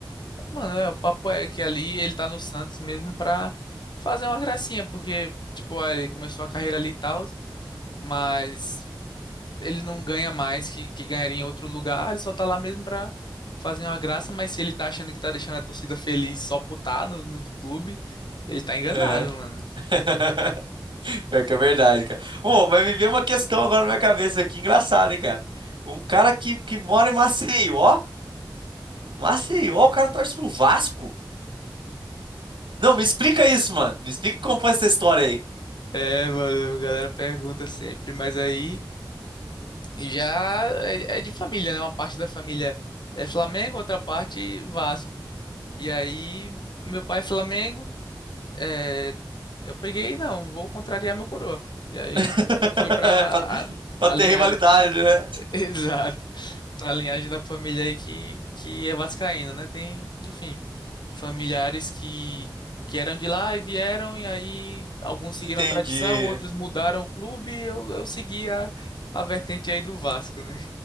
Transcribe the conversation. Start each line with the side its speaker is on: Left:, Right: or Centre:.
Left: Mano, é, o papo é que ali ele tá no Santos mesmo pra fazer uma gracinha, porque, tipo, ah, ele começou a carreira ali e tal, mas ele não ganha mais que, que ganharia em outro lugar, ele só tá lá mesmo pra fazer uma graça, mas se ele tá achando que tá deixando a torcida feliz só por tá no, no clube, ele tá enganado,
Right: É.
Left: mano.
Right: <laughs> É que é verdade, cara. Bom, mas me veio uma questão agora na minha cabeça aqui, engraçada, hein, cara? Um cara que, que mora em Maceió, Maceió, o cara torce pro Vasco? Não, me explica isso, mano. Me explica como foi essa história aí.
Left: É, mano, a galera pergunta sempre, mas aí já é, é de família, né? Uma parte da família é Flamengo, outra parte Vasco. E aí, meu pai é Flamengo, é, eu peguei, não, vou contrariar meu coroa. E aí
Right: <laughs>
Left: fui pra
Right: pra,
Left: a,
Right: pra
Left: a
Right: ter
Left: linhagem
Right: rivalidade, né?
Left: <laughs> Exato. A linhagem da família aí que, que é vascaína, né? Tem, enfim, familiares que, que eram de lá e vieram, e aí alguns seguiram
Right: Entendi.
Left: a tradição, outros mudaram o clube, e eu, eu segui a, a vertente aí do Vasco, né?